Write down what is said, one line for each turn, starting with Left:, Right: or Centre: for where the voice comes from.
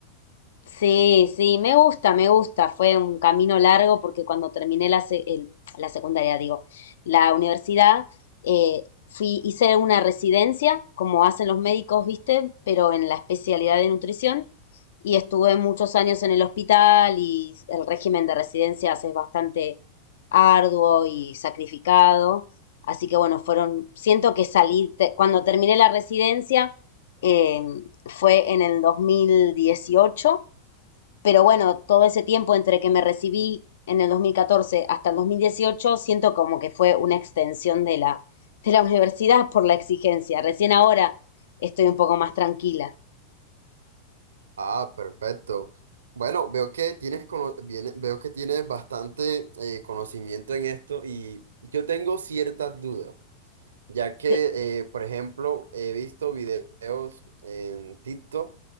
Left: Sí, sí, me gusta, me gusta. Fue un camino largo porque cuando terminé la, se- el- la secundaria, digo, la universidad, eh, fui, hice una residencia, como hacen los médicos, ¿viste? Pero en la especialidad de nutrición. Y estuve muchos años en el hospital y el régimen de residencias es bastante arduo y sacrificado. Así que bueno, fueron, siento que salí, te- cuando terminé la residencia, eh, fue en el 2018. Pero bueno, todo ese tiempo entre que me recibí en el 2014 hasta el 2018 siento como que fue una extensión de la, de la universidad por la exigencia. Recién ahora estoy un poco más tranquila.
Right: Ah, perfecto. Bueno, veo que tienes, cono- viene- veo que tienes bastante eh, conocimiento en esto y yo tengo ciertas dudas. Ya que,
Left: Te-
Right: eh, por ejemplo, he visto videos en TikTok